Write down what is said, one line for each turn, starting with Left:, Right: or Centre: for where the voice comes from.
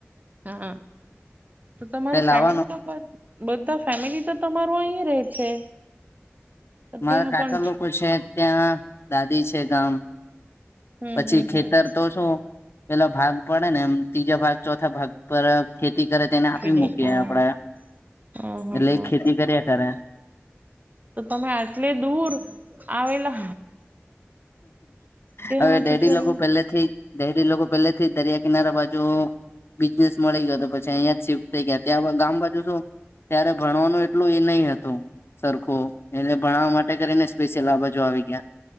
Right: હા તો તમારું
Left: તે લાવવાનું
Right: ફેમિલી તો બધા ફેમિલી તો તમારું અહીં રહેે છે.
Left: મારા
Right: ત્યાં
Left: કાકા
Right: પણ
Left: લોકો છે, ત્યાં દાદી છે, ગામ
Right: હમ
Left: પછી
Right: હમ
Left: ખેતર
Right: હમ
Left: તો શું પેલા ભાગ પડે ને એમ ત્રીજા ભાગ ચોથા ભાગ પર ખેતી કરે તેને આપી
Right: દે
Left: મૂકીએ
Right: હા
Left: આપડે
Right: હમ હમ
Left: એટલે
Right: હમ
Left: ખેતી કરીએ કરે
Right: તો તમે આટલે દૂર આવેલા ત્યાંથી
Left: હવે ડેડી
Right: છોડીને
Left: લોકો પેલે થી ડેરી લોકો પેલે થી દરિયા કિનારા બાજુ બિઝનેસ મળી ગયો તો પછી અહીંયાં જ શિફ્ટ થઈ ગયા ત્યાં ગામ બાજુ શું ત્યારે ભણવાનું એટલું એ નય હતું. સરખો એને ભણાવવા માટે કરીને સ્પેશિયલ આ બાજુ આવી ગયા.